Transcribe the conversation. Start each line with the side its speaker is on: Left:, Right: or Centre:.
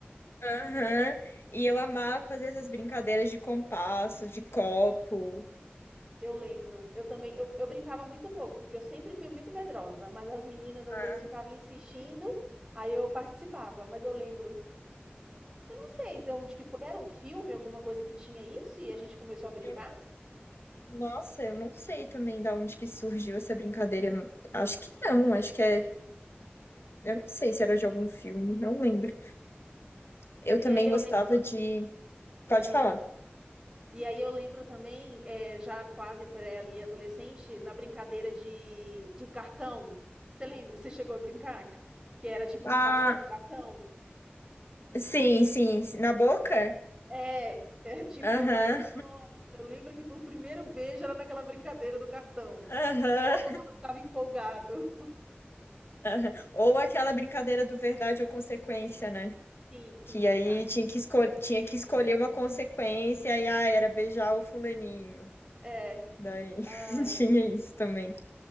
Left: aham, e eu amava fazer essas brincadeiras de compasso, de copo.
Right: Eu lembro. Eu também, eu, eu brincava muito pouco, porque eu sempre fui muito medrosa, mas as meninas às
Left: Ah,
Right: vezes ficavam insistindo, aí eu participava, mas eu lembro. Eu não sei de onde que foi. Era um filme, alguma coisa que tinha isso, e a gente começou a brincar.
Left: Eu não- nossa, eu não sei também da onde que surgiu essa brincadeira. Acho que não, acho que é. Eu não sei se era de algum filme, não lembro. Eu também
Right: E aí eu
Left: gostava
Right: lembro.
Left: de. Pode
Right: Ah.
Left: falar.
Right: E aí eu lembro também, eh, já quase pré ali, adolescente, na brincadeira de do cartão. Você lembra? Você chegou a brincar? Que era tipo
Left: Ah,
Right: ir passando o cartão?
Left: sim, sim, sim. na boca?
Right: É, é <laughs> tipo
Left: Aham,
Right: ia passando. Nossa, eu lembro que pro primeiro beijo era naquela brincadeira do cartão.
Left: <laughs> aham,
Right: Todo mundo ficava empolgado.
Left: aham. Ou aquela brincadeira do verdade ou consequência, né?
Right: Sim, sim,
Left: Que
Right: verdade.
Left: aí tinha que, escol tinha que escolher uma consequência, e ah, era beijar o fulaninho.
Right: É.
Left: Daí <laughs>
Right: Ai.
Left: tinha isso também.